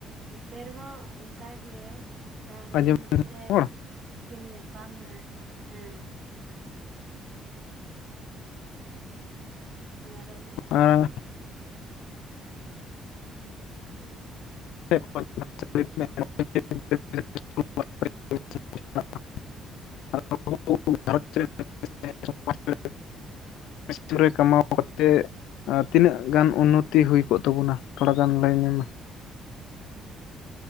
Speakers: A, on the right; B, on the left.
A: ᱱᱚᱛᱮ ᱨᱮᱦᱚᱸ ᱚᱱᱠᱟ ᱜᱮ᱾ ᱚᱱᱠᱟ ᱦᱩᱰᱤᱧ
B: ᱟᱸᱡᱚᱢ
A: ᱦᱩᱰᱤᱧ ᱨᱮ
B: ᱦᱚᱲ
A: ᱠᱤᱱ ᱧᱟᱯᱟᱢ ᱱᱟ ᱦᱮᱸ ᱢᱟ ᱨᱚᱲ ᱵᱮᱱ᱾
B: ᱟᱨ <unintelligible> <unintelligible>
A: <inaudible>
B: <unintelligible> ᱠᱟᱢᱟᱣ ᱠᱟᱛᱮ ᱟᱨ ᱛᱤᱱᱟᱹᱜ ᱜᱟᱱ ᱩᱱᱱᱚᱛᱤ ᱦᱩᱭ ᱠᱚᱜ ᱛᱟᱵᱚᱱᱟ ᱛᱷᱚᱲᱟ ᱜᱟᱱ ᱞᱟᱹᱭ ᱢᱮ ᱢᱟ᱾